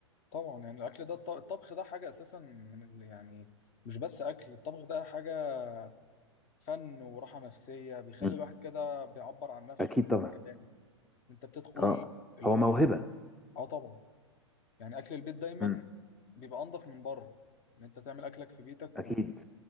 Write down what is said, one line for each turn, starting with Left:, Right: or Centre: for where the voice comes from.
Left: طبعا يعني الاكل ده الط- الطبخ ده حاجه اساسا من ال- يعني مش بس اكل الطبخ ده حاجه فن وراحه نفسيه بيخلي
Centre: مم.
Left: الواحد كده بيعبر عن نفسه
Centre: أكيد
Left: من
Centre: طبعا
Left: الكلام انت بتدخل
Centre: اه
Left: ال...
Centre: هو موهبة
Left: اه طبعا يعني اكل البيت دايما
Centre: مم.
Left: بيبقى انضف من بره ان انت تعمل اكلك في بيتك
Centre: أكيد